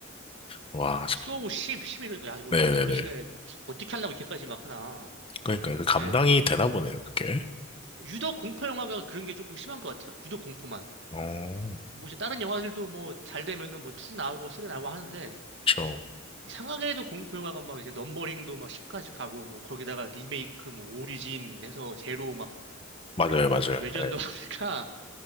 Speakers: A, on the left; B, on the right.
A: 와.
B: 소우 10, 11, 야 이거
A: 네네네.
B: 이거는 도대체 어떻게 하려고 이렇게까지 막 하나.
A: 그러니까 그 감당이
B: 예,
A: 되나 보네요 그게.
B: 유독 공포 영화가 그런 게 조금 심한 것 같아요. 유독 공포만.
A: 어,
B: 뭐 이제 다른 영화들도 뭐 잘 되면은 뭐 2 나오고 3 나오고 하는데
A: 저
B: 이상하게 도 공포 영화가 막 이제 넘버링도 막 10까지 가고 뭐 거기다가 리메이크 뭐 오리진 해서 제로 막
A: 맞아요 맞아요.
B: 외전도
A: 네,
B: <laughs> 하니까